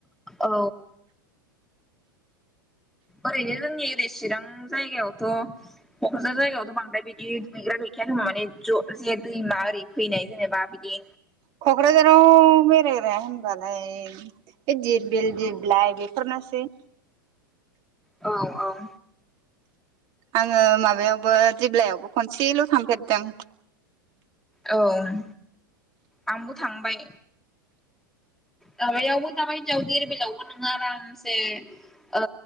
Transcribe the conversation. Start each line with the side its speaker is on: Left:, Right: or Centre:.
Centre: औ। ओरैनो जोंनि ओरै चिरां जायगायावथ' क'क्राझार जायगायावथ' बांद्राय बिदि दुगैग्रा गै खा माने ज' जे दैमा ओरै फैनाय जेनेबा बिदि
Right: क'क्राझाराव बेरायग्राया होनबालाय बे दिरबिल
Centre: औ
Right: दिबलाइ बे फोरनासै
Centre: औ औ
Right: आङो माबायावबो दि्ब्लायावबो खनसेल' थांफेरदों
Centre: औ ओम आंबो थांबाय माबायावबो दाबा हिनजाव दिरबिलावबो नोङो आरामसे ओ